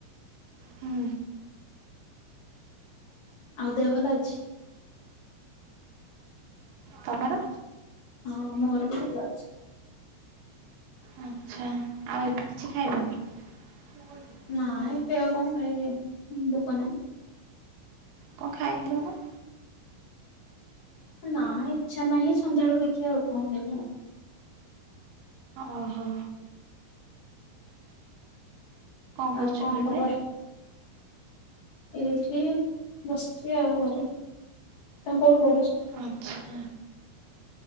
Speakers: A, on the right (about 65°); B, on the left (about 45°).
A: ହୁଁ
B: ଆଉ ଦେହ ଭଲ ଅଛି?
A: ତ ମର?
B: ହଁ ମୋର ବି ଭଲ ଅଛି।
A: ଆଚ୍ଛା। ଆଉ ଏବେ କିଛି ଖାଇବନି? <unintelligible>
B: ନାଁ ଏବେ ଆଉ କଣ ଖାଇବି ଭୋକ ନାହିଁ।
A: କଣ ଖାଇଦଉ ନ।
B: ନାଁ ଇଚ୍ଛା ନାହିଁ ସନ୍ଧ୍ୟା ବେଳକୁ ଦେଖିବା ଆଉ କଣ ଖାଇବି ଆଉ।
A: ଓହୋ। କରୁଛ
B: ଆଉ କଣ
A: କି ଏବେ?
B: ଖବର? ଏଇଠି ବସିଛି ଆଉ ଘରେ ତମ କୋଉଠି ପଢୁଛ?
A: ଆଚ୍ଛା।